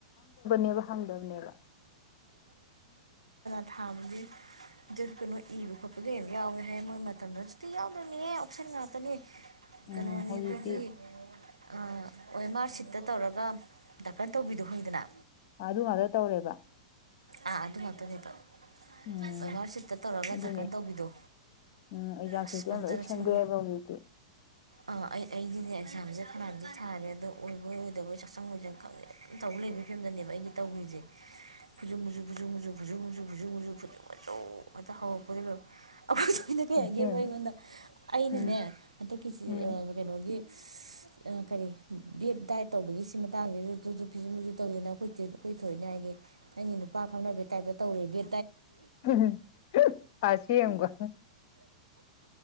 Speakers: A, on the left (about 45°); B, on the right (about 80°).
A: ꯕꯦꯕ ꯍꯪꯗꯝꯅꯦꯕ
B: ꯊꯥꯝꯒꯤ ꯗꯤꯠ ꯀꯩꯅꯣ ꯏꯕ ꯈꯣꯠꯄꯒ ꯌꯥꯝ ꯌꯥꯎꯋꯦ ꯍꯥꯏ ꯃꯣꯏ ꯃꯇꯝꯗꯅ ꯁꯨꯨꯛꯇꯤ ꯌꯥꯎꯗ꯭ꯔꯕꯅꯤꯅꯪ ꯑꯣꯞꯁꯟ ꯉꯥꯛꯇꯅꯦ
A: ꯎꯝ
B: ꯀꯥꯅꯣꯅꯦ
A: ꯍꯧꯖꯤꯛꯇꯤ
B: ꯈꯣꯏꯒꯤ ꯑ ꯑꯣ ꯑꯦꯝ ꯑꯥꯔ ꯁꯤꯠꯇ ꯇꯧꯔꯒ ꯗꯥꯔꯀꯟ ꯇꯧꯕꯤꯗꯣ ꯈꯪꯉꯤꯗꯅ
A: ꯑꯗꯨ ꯉꯥꯛꯇ ꯇꯧꯔꯦꯕ
B: ꯑꯥ ꯑꯗꯨ ꯉꯥꯛꯇꯅꯦ ꯑꯣ
A: ꯎꯝ
B: ꯑꯦꯝ ꯑꯥꯔ ꯁꯤꯠꯇ ꯇꯧꯔꯒ
A: ꯑꯗꯨꯅꯦ
B: ꯗꯥꯀꯟ ꯇꯧꯕꯤꯗꯣ
A: ꯎꯝ ꯑꯦꯛꯖꯥꯝ
B: ꯑꯁ
A: ꯁꯤꯁꯇꯦꯝ
B: ꯄꯇꯅꯆꯥꯡ
A: ꯂꯣꯏ ꯁꯦꯝꯗꯣꯛꯑꯦꯕ ꯍꯧꯖꯤꯛꯇꯤ
B: ꯑꯥ ꯑꯩ ꯑꯩ ꯑꯗꯨꯅꯦ ꯑꯦꯛꯖꯥꯝꯁꯦ ꯐꯅꯌꯥꯝꯗꯤ ꯊꯥꯔꯦ ꯑꯗꯣ ꯑꯣꯏꯕꯣꯏ ꯑꯣꯏꯗꯕꯣꯏ <unintelligible> ꯐꯤꯝꯗꯅꯦꯕ ꯑꯩꯒꯤ ꯇꯧꯒꯔꯤꯁꯦ ꯐꯨꯁꯨ ꯃꯨꯁꯨꯨ ꯐꯨꯁꯨ ꯃꯨꯆꯨ ꯐꯨꯁꯨ ꯃꯨꯆꯨ ꯐꯨꯁꯨ ꯃꯨꯨꯁꯨ ꯐꯨꯠꯁꯨ ꯃꯨꯁꯨ ꯍꯦꯛꯇ ꯍꯧꯔꯛꯄꯗꯩ ꯂꯣꯏ ꯑꯩꯈꯣꯏ ꯊꯣꯏꯅ ꯀꯩ
A: ꯑꯁꯦꯡꯕ
B: ꯍꯥꯏꯒꯦꯕꯨ ꯑꯩꯉꯣꯟꯗ ꯑꯩꯅꯅꯦ
A: ꯎꯝ
B: ꯍꯟꯗꯛꯀꯤꯁꯤ
A: ꯎꯝ
B: ꯑ ꯀꯩꯅꯣꯒꯤ ꯑꯁ ꯑ ꯀꯔꯤ ꯕꯦꯠ ꯗꯥꯏꯠ ꯇꯧꯕꯒꯤ ꯁꯤ ꯃꯇꯥꯡꯁꯤꯗ ꯇꯨꯁꯨ ꯐꯤꯁꯨ ꯃꯤꯖꯨ ꯇꯧꯗꯅ ꯑꯩꯈꯣꯏ ꯑꯩꯈꯣꯏ ꯊꯣꯏꯅ ꯍꯥꯏꯅꯦ ꯑꯩꯒꯤ ꯅꯨꯄꯥ ꯈꯪꯅꯕꯩ ꯇꯥꯏꯞꯇ ꯇꯧꯔꯦꯒꯦ
A: ꯑꯝ ꯑꯁꯦꯡꯕ